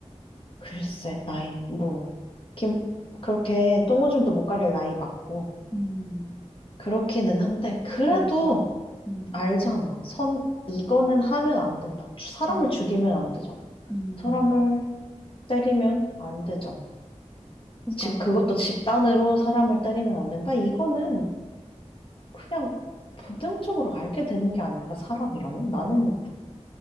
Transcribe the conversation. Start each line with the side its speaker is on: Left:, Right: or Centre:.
Left: 글쎄, 나이, 뭐, 김, 그렇게 똥오줌도 못 가릴 나이 맞고,
Centre: 음,
Left: 그렇기는 한데, 그래도
Centre: 음, 음,
Left: 알잖아. 선, 이거는 하면 안 된다. 사람을
Centre: 음,
Left: 죽이면 안 되잖아.
Centre: 음.
Left: 사람을 때리면 안 되잖아.
Centre: 그러니까.
Left: 집, 그것도 집단으로 사람을 때리면 안 된다? 이거는 그냥 본능적으로 알게 되는 게 아닐까, 사람이라면? 나는